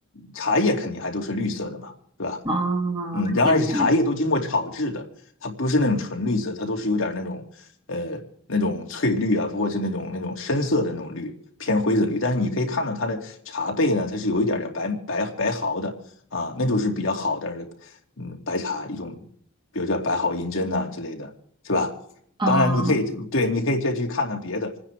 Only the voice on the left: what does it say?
茶叶肯定还都是绿色的嘛，对吧？
嗯，然而是茶叶都经过炒制的，
它不是那种纯绿色，它都是有点那种呃那种翠绿啊，或者是那种那种深色的那种绿，偏灰色绿。但是你可以看到它的茶背呢，它是有一点点白白白毫的啊，那就是比较好点的，嗯，白茶一种，比如叫白毫银针呐、之类的，是吧？
当然你可以对，你可以再去看看别的